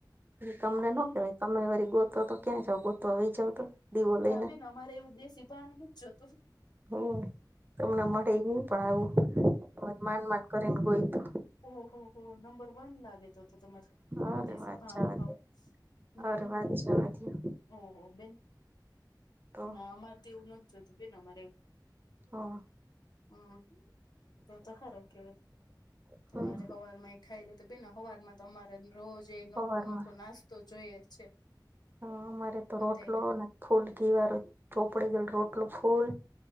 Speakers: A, on the right; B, on the left.
A: પછ તમને ન કેવાય તમે વારી ગોત તો ક્યાં જાવ ગોત આવી જાવ તો દીવો લઈને
B: ના બેન અમારે એવું દેશી પાણી ન જ જોતું.
A: હમ તમને
B: હા
A: મળે
B: હા
A: ન પણ આવું માન માન કરેને ગય તો.
B: ઓહ હો નંબર વન લાગે તો તો તમારે
A: અરે
B: દેશી
A: વાત
B: ભાણો
A: જવા
B: હાવ.
A: દયો
B: હમમ
A: અરે વાત જવા દયો
B: ઓહ બિલ.
A: તો
B: ના અમારે તો એવું નથી જોતું બેન અમારે.
A: હા,
B: હમ તો તો ખારું કે. તમારે
A: હમ
B: હવાર માં એ ખાઈ લે તો બે હવારમાં તો તમામારે રોજ
A: હવારમાં
B: નોખો નોખો નાસ્તો તો જોઈએ છે.
A: હ અમારે તો
B: બધાને
A: રોટલો ને ફૂલ ઘીવારું ચોપડી ગયેલું રોટલું ફૂલ